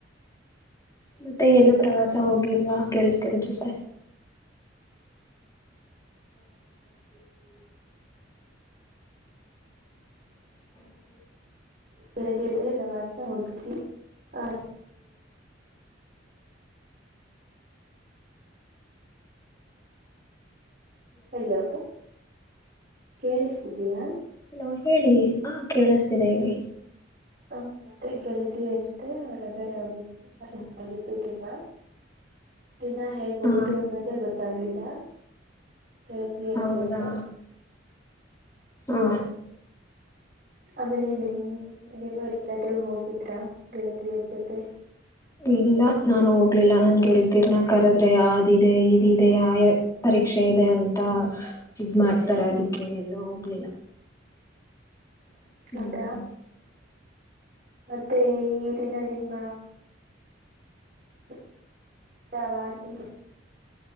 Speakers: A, on the left (about 20°); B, on the right (about 45°).
A: ಮತ್ತೆ ಎಲ್ಲೂ ಪ್ರವಾಸ ಹೋಗಿಲ್ವಾ ಹೇಳ್ತಿರ ಜೊತೆ <unintelligible>
B: ಬರೆಗೆರೆ ರವಾಸ ಉತಿ ಅ ಹಲೋ ಕೇಳಿಸತಿದೀಯಾ
A: ಹಲೋ ಹೇಳಿ ಹಾ ಕೇಳಿಸತಿದೆ ಹೇಳಿ
B: ಹ ಅದೇ ಗೆಳತರುತ್ತೆ ಹೊರಗಡೆ ಹೋಗು ತುಂಬಾ ಚೆನ್ನಾಗಿತ್ತು ದಿನ ದಿನಾ ಹೇಗೋಯ್ತು
A: ಹಾ
B: ಅನ್ನೋದೇ ಗೊತ್ತಾಗಿಲ್ಲ. ಕೇಳತೀಯ
A: ಹೌದಾ
B: ಜತ್ತ.
A: ಹಾ
B: ಆಮೇಲೆ ನಿಮ್ ನೀವು ಎಲ್ಲಾದ್ರೂ ಹೋಗಿದ್ರ ಗೆಳತಿಯರ ಜೊತೆ.
A: ಇಲ್ಲ ನಾನು ಹೋಗ್ಲಿಲ್ಲ ನನ್ಗೆ ಹೇಳ್ತೀರ್ ನ ಕರದ್ರೆ ಆದಿದೆ ಇದಿದೆ ಪರೀ. ಪಕ್ಷೆ ಇದೆ ಅಂತ ಇದ ಮಾಡ್ತಾರೆ ಅದಕ್ಕೆ ಎಲ್ಲೋ ಹೋಗ್ಲಿಲ್ಲ. ಹ್ಮ್.
B: ಹೌದಾ ಮತ್ತೆ ಈ ದಿನ ನಿಮ್ಮ. <inaudible>